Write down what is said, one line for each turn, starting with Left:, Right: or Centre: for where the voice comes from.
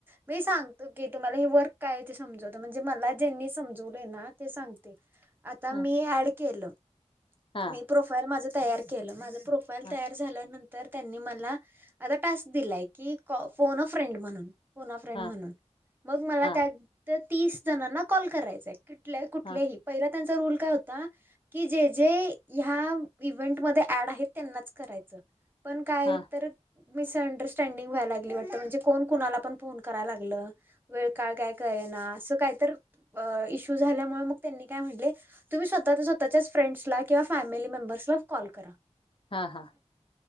Right: मी सांगतो की. तुम्हाला हे वर्क काय हाय ते समजवतो म्हणजे मला ज्यांनी समजवलय ना ते सांग आता
Left: हा
Right: मी ॲड केल
Left: हा
Right: मी प्रोफाईल माझ तयार केल माझं प्रोफाईल
Left: हा
Right: तयार झाल्यानं तर त्यांनी मला आता टास्क दिलाय की क फोन अ फ्रेंड म्हणून. फोन अ फ्रेंड
Left: हा
Right: म्हणून मग मला
Left: हा
Right: त्या - त्या तीस जणांना कॉल करायचय. कुठल - कुठल्याही
Left: हा
Right: पहिला त्यांचा रूल काय होता. की जे जे ह्या इव्हेंटमध्ये ऍड आहेत त्यांनाच करायचं. पण काय
Left: हा
Right: तर मिसअंडरस्टँडिंग व्हायला लागली वाटत. म्हणजे कोण कुणाला पण फोन करायला लागलं. वेळ काळं कायं कळेना असं कायं तरं अं इशूं झाल्यांमुळे मगं त्यांनी कायं म्हंनले. तुम्हीं स्वंतः स्वंतःचं फ्रेंड्सलां किंवा फॅमिली मेंबर्सला कॉल करां.
Left: हां कां